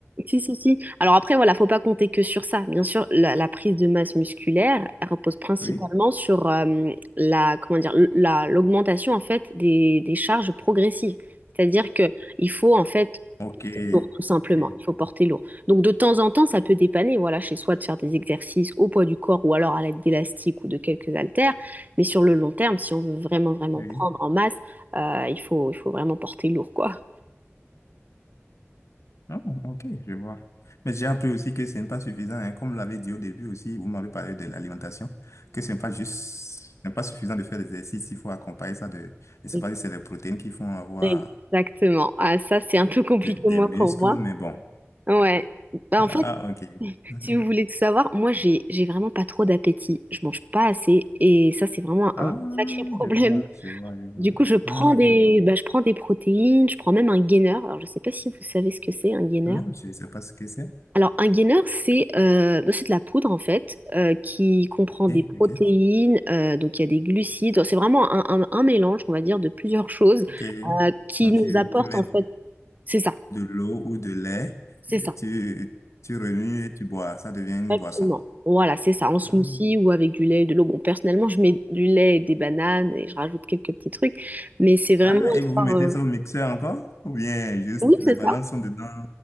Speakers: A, on the right; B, on the left.
A: Si, si, si. Alors après, voilà, faut pas compter que sur ça. Bien sûr, la, la prise de masse musculaire, elle repose principalement
B: Oui.
A: sur euh, la, comment dire, l- la, l'augmentation en fait des, des charges progressives. C'est-à-dire que il faut en fait
B: OK.
A: porter lourd, tout simplement.
B: OK.
A: Il faut porter lourd. Donc de temps en temps, ça peut dépanner, voilà, chez soi de faire des exercices au poids du corps ou alors à l'aide d'élastiques ou de quelques haltères. Mais sur le long terme, si on veut vraiment, vraiment
B: Oui.
A: prendre en masse, euh, il faut, il faut vraiment porter lourd, quoi.
B: Ah, OK, je vois. Mais j'ai appris aussi que ce n'est pas suffisant, hein. Comme vous l'avez dit au début aussi, vous m'avez parlé de l'alimentation, que ce n'est pas juste, ce n'est pas suffisant de faire des exercices, il faut accompagner ça de, je ne sais
A: Oui.
B: pas si c'est les protéines qui font avoir
A: Exactement. Ah, ça, c'est un peu compliqué,
B: de- des
A: moi,
B: muscles,
A: pour moi.
B: mais bon.
A: Ouais. Bah,
B: Ah,
A: en fait,
B: ah, ok. Mhm.
A: si vous voulez tout savoir, moi, j'ai, j'ai vraiment pas trop d'appétit. Je mange pas assez. Et ça, c'est vraiment
B: Ah,
A: un sacré <laughs> problème.
B: je vois, je vois, je vois.
A: Du coup, je prends
B: Hum,
A: des,
B: je vois.
A: bah, je prends des protéines, je prends même un gainer. Alors, je sais pas si vous savez ce que c'est, un gainer.
B: Non, je ne sais pas ce que c'est.
A: Alors, un gainer, c'est euh, bah, c'est de la poudre, en fait, euh, qui comprend
B: Ok,
A: des protéines,
B: ok.
A: euh, donc il y a des glucides. C'est vraiment un, un un mélange, on va dire, de plusieurs choses
B: Ok.
A: euh, qui
B: Donc,
A: nous
B: tu,
A: apporte
B: tu mets
A: en fait, c'est ça,
B: de l'eau ou de lait,
A: c'est
B: et
A: ça,
B: tu, tu remues et tu bois. Ça devient une
A: Exactement.
B: boisson.
A: Voilà, c'est ça, en smoothie
B: Ah,
A: ou avec du lait et de l'eau. Bon, personnellement, je mets du lait et des bananes et je rajoute quelques petits trucs, mais c'est vraiment
B: Ah, et
A: histoire,
B: vous mettez
A: euh,
B: ça au mixeur encore? Ou bien juste
A: Oui,
B: les
A: c'est
B: bananes
A: ça.
B: sont dedans?